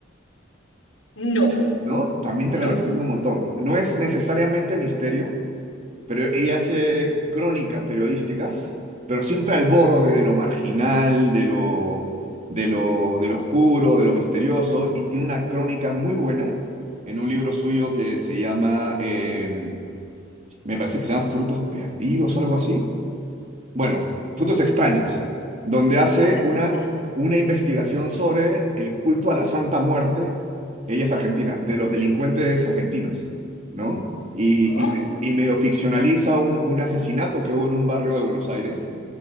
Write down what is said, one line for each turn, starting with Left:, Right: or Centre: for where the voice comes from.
Left: No,
Right: ¿no? También
Left: no.
Right: te la recomiendo un montón. No es necesariamente misterio, pero ella hace crónicas periodísticas, pero siempre al borde de lo marginal, de lo, de lo, de lo oscuro, de lo misterioso, y tiene una crónica muy buena en un libro suyo que se llama, eh, me parece que se llama Frutos Perdidos, algo así bueno, Frutos Extraños, donde
Left: Frutos
Right: hace
Left: extraños.
Right: una, una investigación sobre el culto a la Santa Muerte, ella es argentina, de los delincuentes argentinos, ¿no? Y,
Left: Oh,
Right: y, me- y medio ficcionaliza un, un asesinato que hubo en un barrio de Buenos Aires,